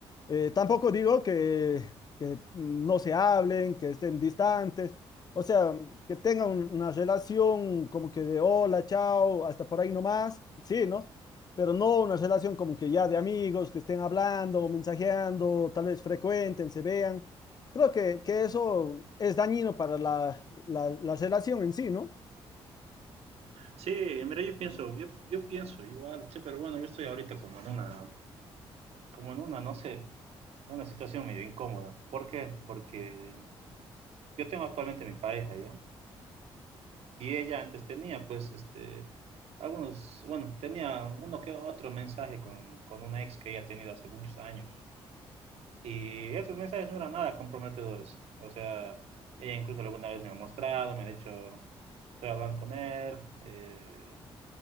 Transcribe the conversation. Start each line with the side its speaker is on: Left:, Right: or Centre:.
Left: Eh, tampoco digo que, que no se hablen, que estén distantes, o sea, que tengan un- una relación como que de hola, chao, hasta por ahí nomás, sí, ¿no? Pero no una relación como que ya de amigos, que estén hablando, mensajeando, tal vez frecuenten, se vean. Creo que, que eso es dañino para la, la, la relación en sí, ¿no?
Right: Sí, mira, yo pienso, yo, yo pienso igual, che, pero bueno, yo estoy ahorita como en una, como en una, no sé. Es una situación medio incómoda. ¿Por qué? Porque yo tengo actualmente mi pareja ya. Y ella antes tenía, pues, este, algunos, bueno, tenía uno que otro mensaje con, con una ex que ella ha tenido hace muchos años. Y estos mensajes no eran nada comprometedores. O sea, ella incluso alguna vez me ha mostrado, me ha dicho, estoy hablando con él, eh,